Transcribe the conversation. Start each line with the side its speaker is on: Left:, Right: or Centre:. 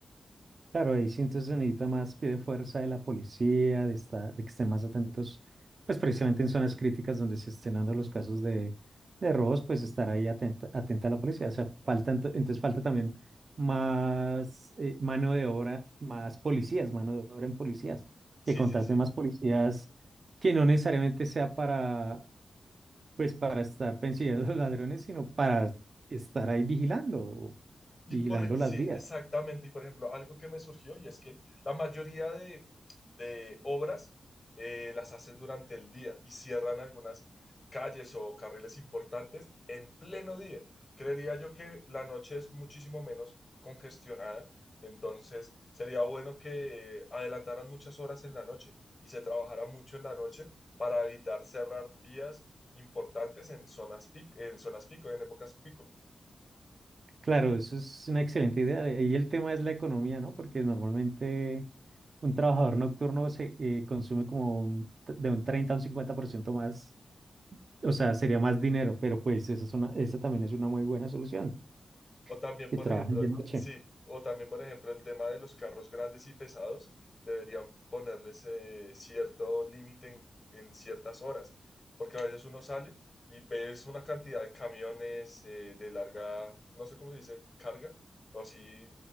Right: Claro, ahí sí entonces se necesita más pie de fuerza de la policía, de, esta- de que estén más atentos, pues precisamente en zonas críticas donde se estén dando los casos de, de robos, pues estar ahí atenta, atenta a la policía. O sea, falta, ento- entonces falta también más eh, mano de obra, más policías, mano de obra en policías,
Left: Sí,
Right: que contraten
Left: sí, sí.
Right: más policías que no necesariamente sea para, pues para estar persiguiendo a los ladrones, sino para estar ahí vigilando,
Left: Y
Right: vigilando
Left: por, e- sí,
Right: las
Left: exactamente.
Right: vías.
Left: Y por ejemplo, algo que me surgió y es que la mayoría de, de obras eh, las hacen durante el día y cierran algunas calles o carriles importantes en pleno día. Creería yo que la noche es muchísimo menos congestionada, entonces sería bueno que adelantaran muchas horas en la noche y se trabajara mucho en la noche para evitar cerrar vías importantes en zonas pico, en zonas pico, en épocas pico.
Right: Claro, eso es una excelente idea. Y el tema es la economía, ¿no? Porque normalmente un trabajador nocturno se eh, consume como un, t- de un 30 a un 50% más, o sea, sería más dinero, pero pues esa es una, esa también es una muy buena solución,
Left: O también,
Right: que
Left: por
Right: trabajen
Left: ejemplo,
Right: de
Left: el,
Right: noche.
Left: sí, o también, por ejemplo, el tema de los carros grandes y pesados, deberían ponerles eh, cierto límite en, en ciertas horas, porque a veces uno sale y ves una cantidad de camiones eh, de larga, no sé cómo se dice, carga, o así,